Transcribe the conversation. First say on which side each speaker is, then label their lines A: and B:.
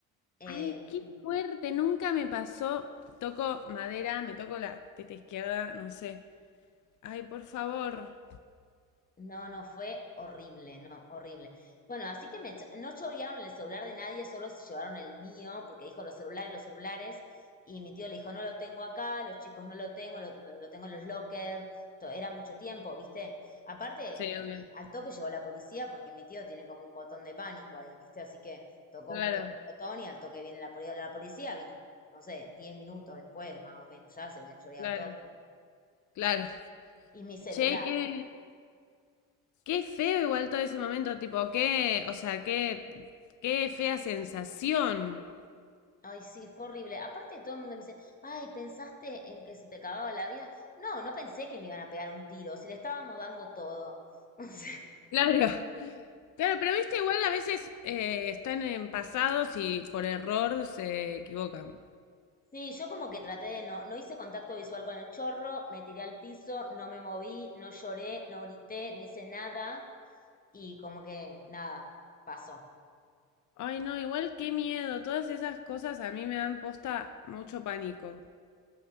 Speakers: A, on the left; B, on the left.
A: Eh,
B: Ay, qué fuerte. Nunca me pasó. Toco madera, me toco la teta izquierda, no sé. Ay, por favor.
A: No, no, fue horrible, no, horrible. Bueno, así que me, cho- no chorearon el celular de nadie, solo se llevaron el mío, porque dijo los celulares, los celulares, y mi tío le dijo, no lo tengo acá, los chicos no lo tengo, lo, lo- lo tengo en los lockers, to- era mucho tiempo, ¿viste? Aparte,
B: Sí, obvio.
A: Sí. al toque llegó la policía, porque mi tío tiene como un botón de pánico ahí, ¿viste? Así que tocó
B: Claro,
A: un, to- botón y al toque viene la policía, la policía vino, no sé, 10 minutos después, más o menos, ya se habían choreado
B: claro,
A: todo.
B: claro.
A: Y mi celular.
B: Che, qué, qué feo igual todo ese momento, tipo, qué, o sea, qué, qué fea sensación.
A: Ay, sí, fue horrible. Aparte, todo el mundo me dice, ay, ¿pensaste en que se te acababa la vida? No, no pensé que me iban a pegar un tiro, si le estábamos dando todo. <laughs> O sea,
B: Claro. Claro, pero viste, igual a veces eh, están en pasados y por error se equivocan.
A: sí, yo como que traté de no, no hice contacto visual con el chorro, me tiré al piso, no me moví, no lloré, no grité, no hice nada y como que nada, pasó.
B: Ay, no, igual qué miedo. Todas esas cosas a mí me dan posta mucho pánico.